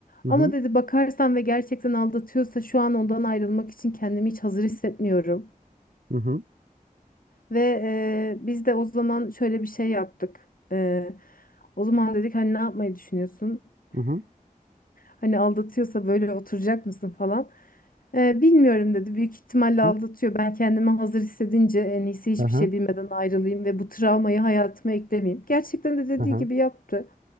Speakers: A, on the right; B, on the left.
A: hı
B: Ama
A: hı
B: dedi bakarsan ve gerçekten aldatıyorsa şu an ondan ayrılmak için kendimi hiç hazır hissetmiyorum.
A: hı hı
B: Ve eee, biz de o zaman şöyle bir şey yaptık. Eee, o zaman dedik hani ne yapmayı düşünüyorsun?
A: hı hı
B: Hani aldatıyorsa böyle oturacak mısın falan. Ee, bilmiyorum dedi. Büyük ihtimalle
A: hı
B: aldatıyor. Ben kendimi hazır hissedince en iyisi hiçbir
A: hı hı.
B: şey bilmeden ayrılayım ve bu travmayı hayatıma eklemeyeyim. Gerçekten de dediği
A: hı
B: gibi yaptı.